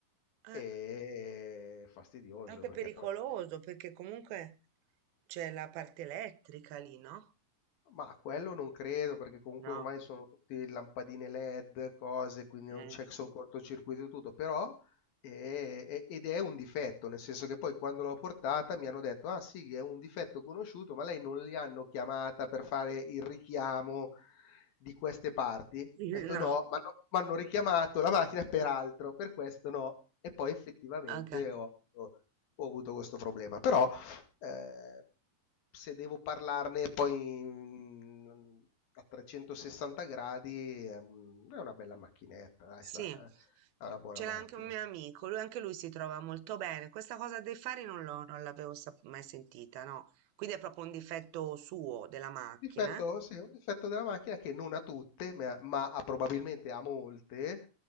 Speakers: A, on the right; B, on the left.
A: Eh,
B: e fastidioso
A: anche
B: perché
A: pericoloso
B: poi... eh.
A: perché comunque c'è la parte elettrica lì, no?
B: Ma quello non credo, perché comunque
A: No.
B: ormai sono tutti lampadine LED, cose, quindi
A: eh,
B: non c'è sono cortocircuito e tutto, però è- è- ed è un difetto, nel senso che poi quando l'ho portata mi hanno detto, ah sì, è un difetto conosciuto, ma lei non li hanno chiamata per fare il richiamo di queste parti? Ho
A: <laughs>
B: detto
A: No.
B: no, ma hanno richiamato la macchina per altro, per questo no. E poi effettivamente
A: Anche
B: ho avuto, ho avuto questo problema, però... Eh, se devo parlarne poi mm, a 360 gradi è un- è una bella macchinetta, dai,
A: Sì.
B: sta- eh,
A: sì,
B: è una buona
A: ce
B: macchina.
A: l'ha anche un mio amico, lui anche lui si trova molto bene. Questa cosa dei fari non l'ho- non l'avevo sap- mai sentita, no? Quindi è proprio un difetto suo della macchina.
B: Difetto,
A: eh?
B: sì, un difetto della macchina che non a tutte, ma, ma a- probabilmente a molte